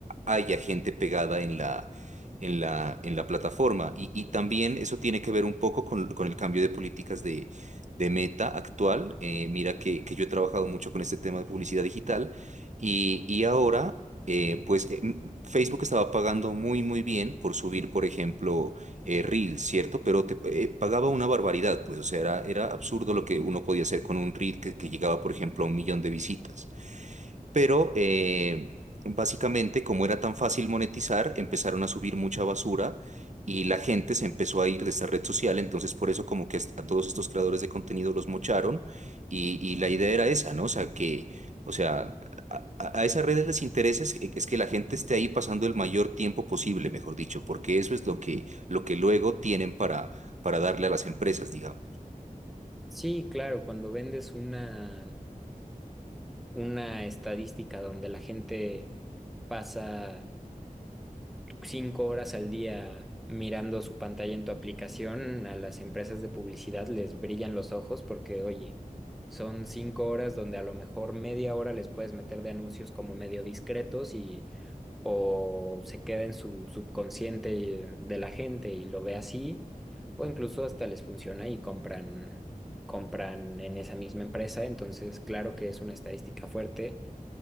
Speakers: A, on the right; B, in the centre.
A: haya gente pegada en la, en la, en la plataforma. Y, y también eso tiene que ver un poco con, con el cambio de políticas de, de Meta actual. Eh, mira que, que yo he trabajado mucho con este tema de publicidad digital y, y ahora, eh, pues, eh, Facebook estaba pagando muy, muy bien por subir, por ejemplo eh, reel, ¿cierto? Pero te eh, pagaba una barbaridad, pues, o sea, era, era absurdo lo que uno podía hacer con un reel que, que llegaba, por ejemplo, a un millón de visitas pero eh, básicamente como era tan fácil monetizar, empezaron a subir mucha basura y la gente se empezó a ir de esta red social, entonces por eso como que a todos estos creadores de contenido los mocharon y, y la idea era esa, ¿no? O sea, que, o sea, a, a- a esas redes les interesa es, es que la gente esté ahí pasando el mayor tiempo posible, mejor dicho, porque eso es lo que, lo que luego tienen para, para darle a las empresas, digamos.
B: Sí, claro, cuando vendes una, una estadística donde la gente pasa cinco horas al día mirando su pantalla en tu aplicación, a las empresas de publicidad les brillan los ojos porque, oye, son cinco horas donde a lo mejor media hora les puedes meter de anuncios como medio discretos y o se queda en su subconsciente de la gente y lo ve así, o incluso hasta les funciona y compran, compran en esa misma empresa. Entonces, claro que es una estadística fuerte.